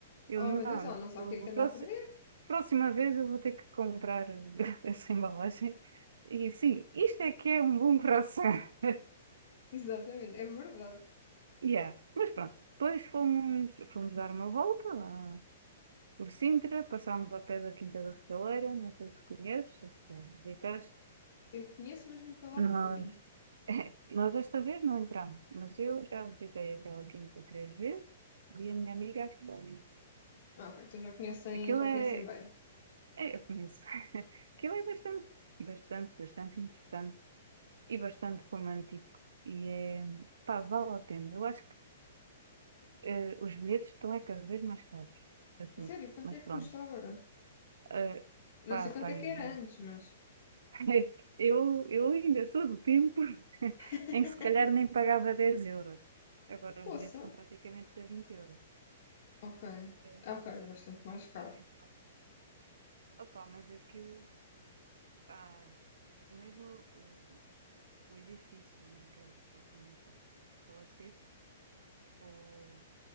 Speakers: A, on the right; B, on the left.
A: Eu
B: Oh,
A: não,
B: meu Deus, ela
A: isto-
B: não sabe
A: eu-
B: o que é que anda
A: próxima,
B: a perder.
A: próxima vez eu vou ter que comprar eh, <laughs> essa embalagem. E sim, isto é que é um bom croissant. <laughs>
B: <laughs> Exatamente, é verdade.
A: Yeah. Mas pronto, depois fomos, fomos dar uma volta lá por Sintra, passámos ao pé da Quinta da Regaleira, não sei se conheces, se já visitaste.
B: Eu conheço, mas nunca lá fui.
A: Nós <laughs> Nós desta vez não entramos, mas eu já visitei aquela quinta três vezes e a minha amiga ajudou
B: Ah, ok, então já conhecem,
A: Aquilo
B: já
A: é,
B: conhecem bem.
A: é, eu conheço, <laughs> aquilo é bastante, bastante, bastante interessante e bastante romântico e é, pá, vale a pena. Eu acho que eh, os bilhetes estão é cada vez mais caros para tudo,
B: A sério, quanto
A: mas
B: é que
A: pronto.
B: custa agora?
A: Eh,
B: Eu
A: pá,
B: não sei quanto
A: pá,
B: é
A: e-
B: que era antes, mas...
A: <laughs> eu, eu ainda sou do tempo <laughs>
B: <laughs>
A: em que se calhar nem pagava 10 euros. Agora
B: Poça.
A: os bilhetes estão praticamente a 20 euros.
B: Ok. Ah,
A: eh,
B: Ok, bastante mais
A: Está
B: caro.
A: muito bem. Opa, mas aquilo, pá, mesmo o, o- o edifício em que é supostamente estou a ser, ou